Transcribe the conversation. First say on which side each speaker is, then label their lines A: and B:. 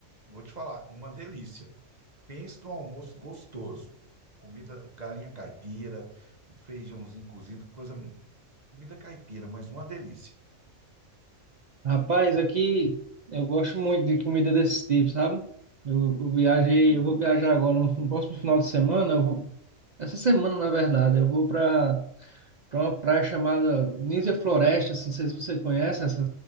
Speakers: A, on the right; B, on the right.
A: vou te falar, uma delícia. Pensa num almoço gostoso. Comida, galinha caipira, um feijãozinho cozido, coisa, comida caipira, mas uma delícia.
B: Rapaz, aqui eu gosto muito de comida desse tipo, sabe? Eu, eu viajei,
A: Uhum.
B: eu vou viajar agora no, no próximo final de semana. Eu vou, essa semana, na verdade, eu vou para para uma praia chamada Nísia Floresta. Não sei se você conhece essa,